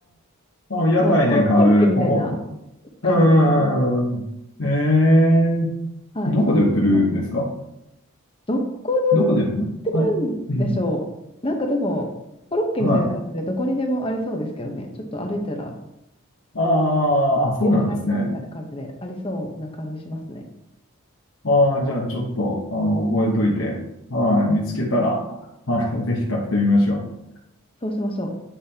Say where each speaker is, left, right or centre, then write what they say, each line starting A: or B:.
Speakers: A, on the left; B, on the left.
A: あ、あ屋台で買う、
B: こう、コロ、コロッケみたいな
A: おこ、
B: 感じです。
A: うんうんうんうん。ええ
B: はい、
A: どこで売ってるんですか
B: そういうの。どこ
A: どこで売るの、うはい。
B: で売るんでしょう。
A: うん。
B: なんかでも、コロッケみたいな感じでどこにでもありそうですけどね。
A: あはい。
B: ちょっと歩いたら、
A: ああ、あ、そうなんですね。
B: 天ぷら屋さんみたいな感じでありそうな感じしますね。
A: ああ、じゃあちょっと、あの、覚えといて、はい、見つけたら、はい、ぜひ買ってみましょう。
B: そうしましょう。